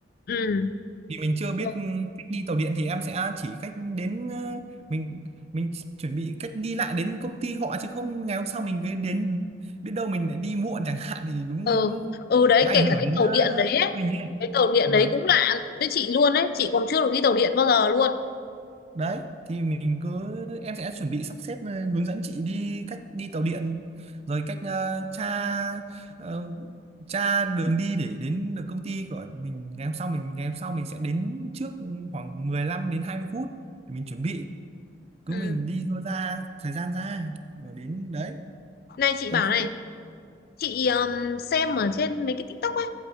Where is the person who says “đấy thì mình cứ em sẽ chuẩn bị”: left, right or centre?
Right